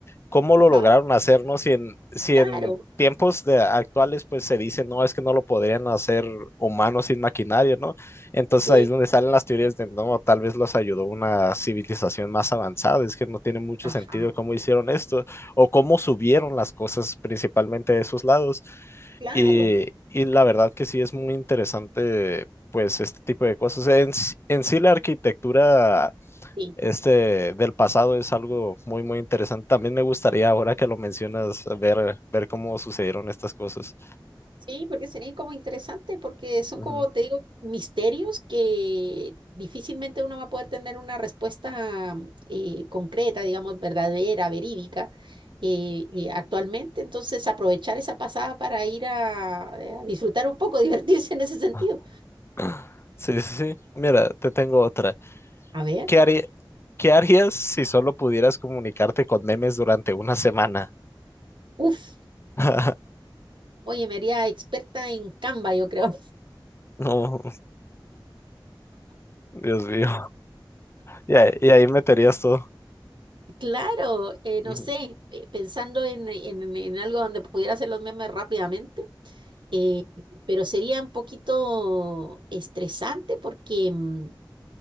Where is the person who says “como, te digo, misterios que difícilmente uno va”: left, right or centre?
Right